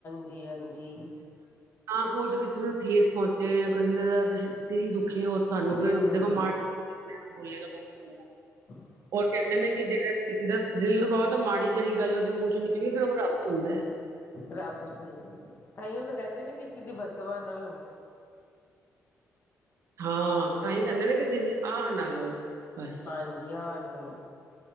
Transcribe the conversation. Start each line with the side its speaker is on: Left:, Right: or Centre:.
Left: ਜੀ ਹਾਂਜੀ
Right: ਤਾਂ ਕੋਝ ਕਿਸੇ ਨੂੰ ਠੇਸ ਪਹੁੰਚੇ ਜਾਂ ਕਿਸੇ ਦਾ ਦਿਲ ਦੁਖੇ ਹੋ ਸਾਨੂੰ
Left: ਦਿਲ
Right: ਫਿਰ
Left: ਦੁਖੇ
Right: ਦੇਖੋ ਮਾੜ ਖੁੱਲੇ ਦੁਖ ਹੂੰਦਾ
Left: <unintelligible>
Right: ਉਹਰ ਕਹਿੰਦੇ ਨੇ ਕਿ ਜਿਹੜਾ ਕਿਸੇ ਦਾ ਦਿਲ ਦਿਖਾਓ ਤਾਂ ਮਾੜੀ ਜਿਹੜੀ ਗੱਲ ਉਹਦੇ ਮੂੰਹ ਚੋਂ ਨਿਕਲੀਗੀ ਫਿਰ ਉਹ ਰੱਬ ਸੁਣਦਾ ਹੈ
Left: ਰੱਬ ਸੁਣਦਾ ਤਾਂਹੀ ਉਹ ਤਾਂ ਕਹਿੰਦੇ ਨਾ ਕਿਸੇ ਦੀ ਬਦਵਾ ਨਾ ਲਵੋ
Right: ਹਾਂ ਤਾਂ ਹੀ ਕਹਿੰਦੇ ਨਾ ਕਿਸੇ ਦੀ ਆਹ ਨਾ ਲਓ ਬਸ
Left: ਹਾਂਜੀ ਆਹ ਨਾਲੋਂ